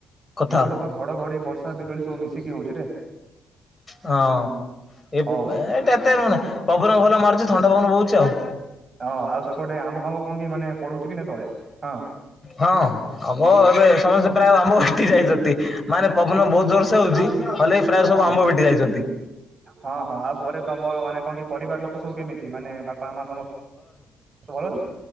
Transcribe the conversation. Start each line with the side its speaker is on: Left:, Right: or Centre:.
Left: କଥା
Right: ଏପଟେ ତ ଘଡଘଡି ବର୍ଷା ବିଜୁଳି ସବୁ ମିଶିକି ହଉଛିରେ।
Left: ହଁ ଏ ଏଟା
Right: ହଉ
Left: ଏତେ ମାନେ ପବନ ଭଲ ମାରୁଛି ଥଣ୍ଡା ପବନ ବହୁଛି ଆଉ।
Right: ହଁ ଆଉ ସେପଟେ ଆମ୍ବ ଫାମ୍ୱ କଣ କି ମାନେ ପଡୁଛି କି ନାଇ ତଳେ ହଁ
Left: ହଁ ଆମ୍ୱ ଏବେ ସମସ୍ତେ ପ୍ରାୟ ଆମ୍ବ ଆଣି ଯାଇଛନ୍ତି। ମାନେ ପବନ ବହୁତ ଜୋରସେ ହୋଉଛି ହଲେ ପ୍ରାୟ
Right: ହଁ
Left: ସବୁ ଆମ୍ବ ପିଟି ଯାଇଛନ୍ତି।
Right: ହଁ ହଁ ଆଉ ଘରେ ତମର ମାନେ ଆପଣଙ୍କ ପରିବାର ଲୋକ ସବୁ କେମିତି ମାନେ ବାପା ମା ସମସ୍ତେ ଭଲ ଅଛନ୍ତି?